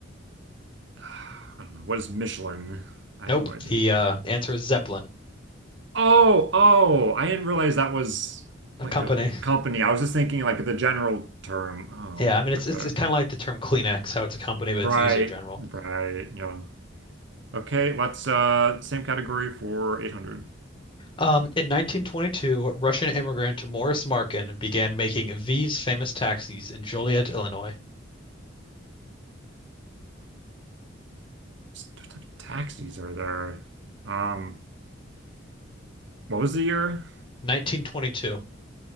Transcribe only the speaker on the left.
Nope.
The uh, answer is Zeppelin,
a
company.
<laughs>
Yeah, I mean it's
it's, it's kind of like the term Kleenex, how it's a company, but
it's used in general.
Um, in 1922, Russian immigrant Morris Markin began making these famous taxis in Joliet, Illinois.
1922.